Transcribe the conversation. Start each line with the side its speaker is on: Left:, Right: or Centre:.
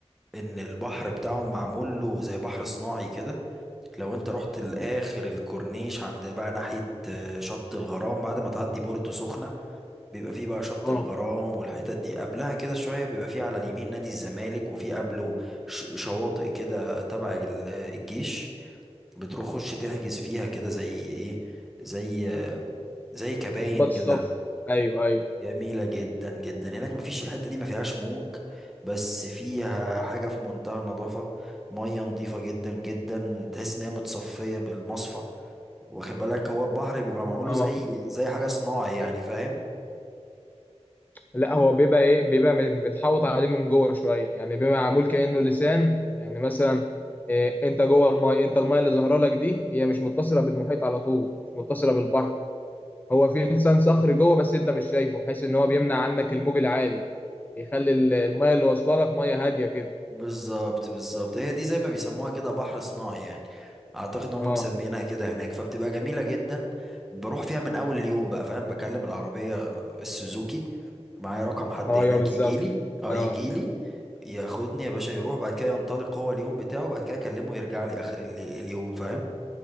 Centre: ان البحر بتاعهم معمول له زي بحر صناعي كده لو انت رحت لاخر الكورنيش عند بقى ناحية آه، شط الغرام بعد ما تعدي بورتو سخنة بيبقى فيه بقى شط
Left: اه
Centre: الغرام والحتت دي قبلها كده شوية بيبقى فيه على اليمين نادي الزمالك وفيه قبله ش- شواطئ كده تبع ال- الجيش بتروح خش تحجز فيها كده زي ايه زي زي كباين
Left: ضباط الصف
Centre: كده
Left: ايوه ايوه
Centre: جميلة جدا جدا هناك مفيش الحتة دي ما فيهاش موج بس فيها حاجة في منتهى النظافة مية نظيفة جدا جدا تحس ان هي متصفية بالمصفى واخد بالك هو البحر بيبقى معموله
Left: اه
Centre: زي زي حاجة صناعي يعني فاهم
Left: لا هو بيبقى ايه بيبقى م- متحوط عليه من جوه شويه يعني بيبقى معمول كانه لسان يعني مثلا إيه انت جوه المايه انت المايه اللي ظاهره لك دي هي مش متصله بالمحيط على طول مش متصله بالبحر هو في لسان صخري جوه بس انت مش شايفه بحيث ان هو بيمنع عنك الموج العالي يخلي ال- الميه اللي واصله لك ميه هاديه كده
Centre: بالظبط بالظبط هي دي زي ما بيسموها كده بحر صناعي يعني اعتقد هم
Left: اه
Centre: مسمينها كده هناك فبتبقى جميله جدا بروح فيها من اول اليوم بقى فاهم بكلم العربيه السوزوكي معايا رقم حد
Left: اه
Centre: هناك
Left: يا بالظبط
Centre: يجي لي اه
Left: اه
Centre: يجي لي ياخدني يا باشا يروح بعد كده ينطلق هو اليوم بتاعه بعد كده اكلمه يرجع لي اخر ال- اليوم فاهم